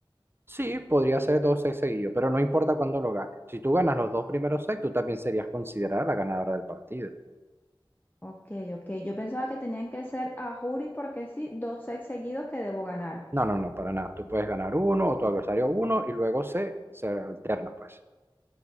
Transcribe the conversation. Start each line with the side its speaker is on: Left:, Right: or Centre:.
Right: Sí, podría ser dos sets seguidos, pero no importa cuándo lo ganes. Si tú ganas los dos primeros sets, tú también serías considerada la ganadora del partido.
Left: Ok, ok, yo pensaba que tenían que ser a juri porque sí, dos secs seguidos que debo ganar.
Right: No, no, no, para nada. Tú puedes ganar uno o tu adversario uno y luego se, se alterna, pues.